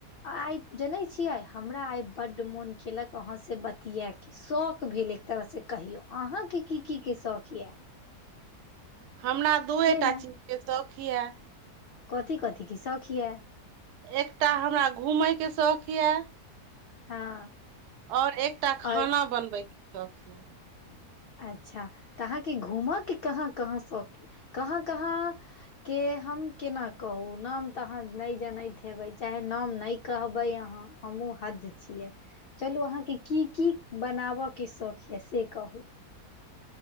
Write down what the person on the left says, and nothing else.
आइ जनैत छियै हमरा आइ बड्ड मोन केलक अहाँसँ बतिएके शौक भेल एक तरह से कहियो अहाँ के की की के शौक ये
ने
कथी कथी की शौख ये
हँ
आओर
अच्छा तऽ अहाँके घूमके कहाँ कहाँ शौकी कहाँ कहाँ के हम केना कहू नाम तऽ अहाँ नहि जनैत हेबै चाहे नाम नहि कहबै अहाँ हमहहुँ हद छियै चलू अहाँके की की बनाबय के शौख यऽ से कहू